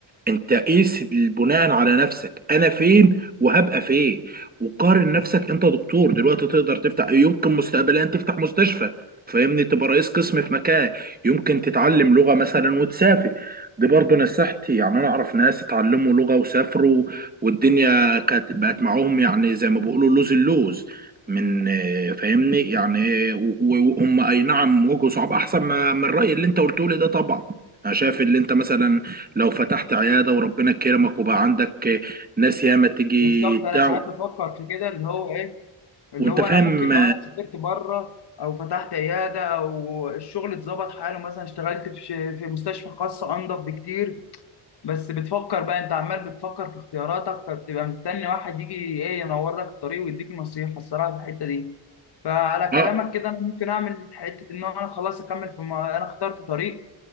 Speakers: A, on the right; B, on the left.
A: انت قيس بناء على نفسك انا فين وهبقى فين وقارن نفسك انت دكتور دلوقتي تقدر تفتح يمكن مستقبليا تفتح مستشفى فاهمني تبقى رئيس قسم في مكان يمكن تتعلم لغة مثلا وتسافر دي برضه نصيحتي يعني انا اعرف ناس اتعلموا لغة وسافروا والدنيا كانت بقت معاهم يعني زي ما بيقولوا لوز اللوز من آه، فاهمني يعني و- و- وهم اي نعم واجهوا صعوبة احسن ما من الرأي اللي انت قلته لي ده طبعا انا شايف اللي انت مثلا لو فتحت عيادة وربنا كرمك وبقى عندك ناس ياما تيجي
B: بالظبط
A: بتاع
B: انا ساعات بفكر في كده اللي هو ايه اللي
A: وانت
B: هو
A: فاهم
B: انا ممكن لو انا سافرت بره او فتحت عياده او الشغل اتظبط حاله مثلا اشتغلت في ش- في مستشفى خاصه انضف بكتير بس بتفكر بقى انت عمال بتفكر في اختياراتك فبتبقى مستني واحد يجي ايه ينور لك الطريق ويديك نصيحه الصراحه في الحته دي فعلى كلامك
A: اه
B: كده انا ممكن اعمل حته ان انا خلاص اكمل في ما انا اخترت طريق